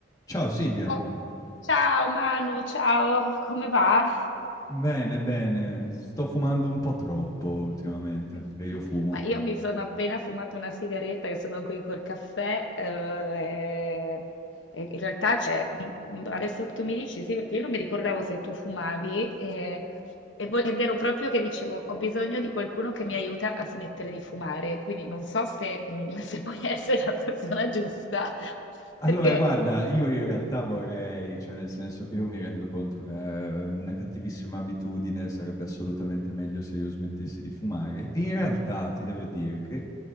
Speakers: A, on the left; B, on the left.
A: Ciao Silvia,
B: Oh, ciao Manu, ciao, come va?
A: bene, bene, sto fumando un po' troppo ultimamente,
B: <laughs>
A: perché io fumo.
B: Ma io mi sono appena fumato una sigaretta e sono qui col caffè. eh, e e in realtà c'è- mm, adesso che tu mi dici sì, perché io non mi ricordavo se tu fumavi eh, e vo- ed ero proprio che dicevo ho bisogno di qualcuno che mi aiuta a smettere di fumare, quindi non so se, mm, <laughs> se puoi essere la persona giusta, perché
A: Allora, guarda, io in realtà vorrei, cioè nel senso che io mi rendo conto che è una cattivissima abitudine sarebbe assolutamente meglio se io smettessi di fumare. E in realtà ti devo dire che